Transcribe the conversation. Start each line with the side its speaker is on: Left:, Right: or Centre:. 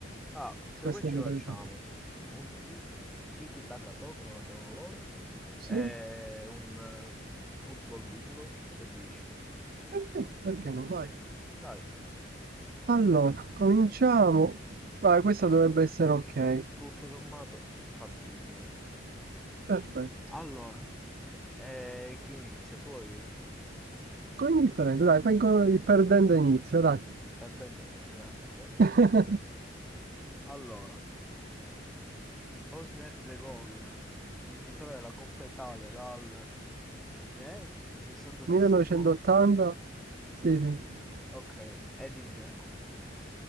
Centre: Ah, se
Right: Questa
Centre: poi ci
Right: è la modalità.
Centre: facciamo un ti- tiki taka toe, come lo chiamano loro,
Right: Sì?
Centre: e un eh, football bingo, che dici?
Right: Perché, perché no? Vai.
Centre: Dai,
Right: Allora, cominciamo. Vai, questa dovrebbe essere ok.
Centre: tutto sommato fattibile.
Right: Perfetto.
Centre: Allora, eh, chi inizia? Tu o io?
Right: Con indifferente, dai, fai co- il perdente inizia, dai.
Centre: Perdente, grazie,
Right: <laughs>
Centre: eh, gentilissimo. Allora, Bosnia-Herzegovina, vincitore della Coppa Italia dal... che è? 60-61?
Right: 1980? Sì, sì.
Centre: Ok, Edin Dzeko.